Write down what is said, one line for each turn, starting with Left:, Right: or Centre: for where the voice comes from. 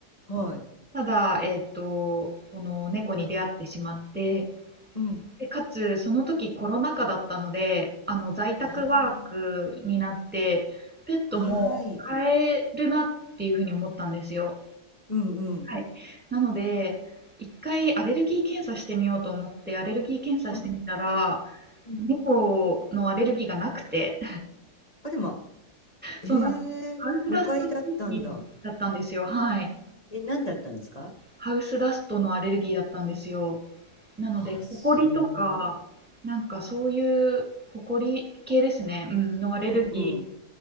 Left: はい。
Centre: ただ、えっと、この猫に出会ってしまって、
Left: うん。
Centre: で、かつ、その時コロナ禍だったので、あの、在宅ワークになって、
Left: あ
Centre: ペットも飼えるなっていうふうに思ったんですよ。
Left: あ。はい。うんうん。
Centre: はい。なので、一回アレルギー検査してみようと思って、アレルギー検査してみたら、
Left: はいうんああはいうんうんはうん
Centre: 猫のアレルギーがなくて、
Left: あれま
Centre: そうなんです。
Left: へえ、
Centre: ハウスダストアレルギーだったんですよ。
Left: 誤解だったんだ。
Centre: はい。
Left: え、何だったんですか
Centre: ハウスダストのアレルギーだったんですよ。なので、
Left: あ、そ
Centre: ホコリとか、なんかそういう、ホコリ系ですね、うん、のアレルギ
Left: う。うんうん。